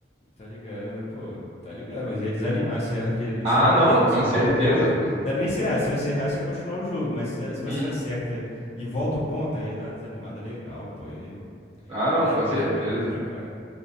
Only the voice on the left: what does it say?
Tá ligado, pô. Tá ligado, mas ia desanimar. Se erra aquele,
se erra
não, tipo,
se volta
o ponto.
Não era nem se errar, se você errasse ia continuar o jogo, mas se, se você
acerta e volta o ponto, aí ia dar uma desanimada legal, pô. E
o time
ia ficar prejudicado.